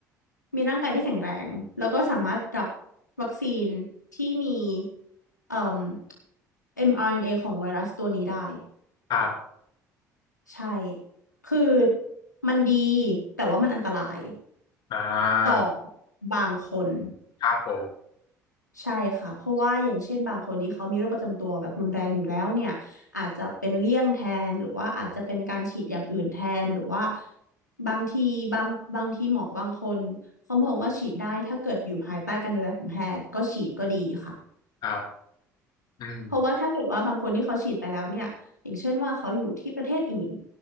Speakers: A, on the left (about 90°); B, on the left (about 50°).
A: มีร่างกายที่แข็งแรงแล้วก็สามารถรับวัคซีนที่มีเอ่อเอ็มอาร์เอ็นเอของไวรัสตัวนี้ได้
B: ครับ
A: ใช่ คือมันดีแต่ว่ามันอันตราย
B: อ่
A: ต่อ
B: า
A: บางคน
B: ครับผม
A: ใช่ค่ะเพราะว่าอย่างเช่นบางคนที่เขามีโรคประจำตัวแบบรุนแรงอยู่แล้วเนี่ยอาจจะเป็นเลี่ยงแทนหรือว่าอาจจะเป็นการฉีดอย่างอื่นแทนหรือว่าบางทีบางบางทีหมอบางคนเขามองว่าฉีดได้ถ้าเกิดอยู่ภายใต้การดูแลของแพทย์ก็ฉีดก็ดีค่ะ
B: ครับอืม
A: เพราะว่าถ้าเกิดว่าบางคนที่เขาฉีดไปแล้วเนี่ยอย่างเช่นว่าเขาอยู่ที่ประเทศอื่น